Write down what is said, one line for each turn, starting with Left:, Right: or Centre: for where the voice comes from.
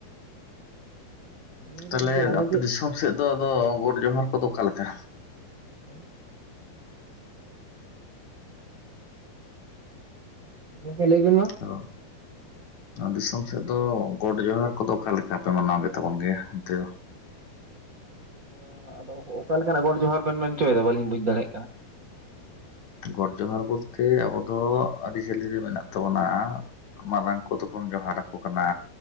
Right: ᱟᱫᱚ ᱞᱤᱧ ᱞᱟᱹᱭ
Left: ᱛᱟᱦᱞᱮ
Right: ᱫᱟ ᱜᱚᱝᱠᱮ ᱚᱱᱮ
Left: ᱟᱯᱮ
Right: ᱡᱮ
Left: ᱫᱤᱥᱚᱢ ᱥᱮᱫ ᱫᱚ, ᱟᱫᱚ ᱜᱚᱴ, ᱡᱚᱦᱟᱨ, ᱠᱚᱫᱚ ᱚᱠᱟᱞᱮᱠᱟ᱾
Right: <unintelligible> ᱜᱚᱝᱠᱮ ᱞᱟᱹᱭ ᱵᱤᱱ ᱢᱟ᱾
Left: ᱟᱫᱚ ᱫᱤᱥᱚᱢ ᱥᱮᱫ ᱫᱚ ᱜᱚᱰ, ᱡᱚᱦᱟᱨ, ᱠᱚᱫᱚ ᱚᱠᱟ ᱞᱮᱠᱟ ᱯᱮ ᱢᱟᱱᱟᱣ ᱜᱮᱛᱟᱵᱚᱱ ᱜᱮᱭᱟ? ᱚᱱᱛᱮ ᱫᱚ?
Right: <unintelligible> ᱟᱫᱚ ᱚᱠᱟᱞᱮᱠᱟᱱᱟᱜ ᱜᱚᱰ ᱡᱚᱦᱟᱨ ᱵᱮᱱ ᱢᱮᱱ ᱪᱚᱭᱮᱫᱟ᱾ ᱵᱟᱹᱞᱤᱧ ᱵᱩᱡ ᱫᱟᱲᱮᱭᱟᱜ ᱠᱟᱱᱟ᱾
Left: ᱜᱚᱰ ᱡᱚᱦᱟᱨ ᱵᱚᱞᱛᱮ, ᱟᱵᱚ ᱫᱚ ᱟᱹᱨᱤᱪᱟᱞᱤ ᱨᱮ ᱢᱮᱱᱟᱜ ᱛᱟᱵᱚᱱᱟ᱾ ᱢᱟᱨᱟᱝ ᱠᱚᱫᱚ ᱵᱚᱱ ᱡᱚᱦᱟᱨ ᱟᱠᱚ ᱠᱟᱱᱟ᱾